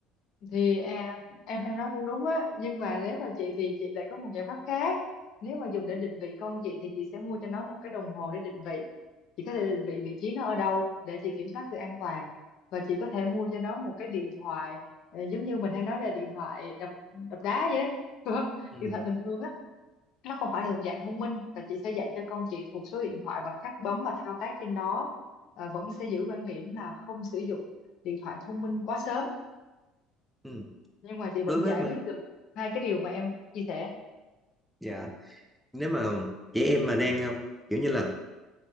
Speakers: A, on the left; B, in the centre.
A: thì à, em em nói cũng đúng á nhưng mà nếu mà chị thì chị lại có một giải pháp khác nếu mà dùng để định vị con chị thì chị sẽ mua cho nó một cái đồng hồ để định vị chị có thể định vị vị trí nó ở đâu để chị kiểm soát sự an toàn và chị có thể mua cho nó một cái điện thoại ờ, giống như mình hay nói là điện thoại đập đập đá vậy á, <laughs> đúng không?
B: Ừ,
A: điện thoại bình thường á nó không phải là thuộc dạng thông minh và chị sẽ dạy cho con chị thuộc số điện thoại và cách bấm và thao tác trên đó Ờ, vẫn sẽ giữ quan điểm là không sử dụng điện thoại thông minh quá sớm
B: ừ.
A: nhưng mà chị vẫn
B: Đối với
A: giải
B: mà
A: quyết được hai cái điều mà em chia sẻ
B: dạ nếu mà chị em mà đang ờ, kiểu như là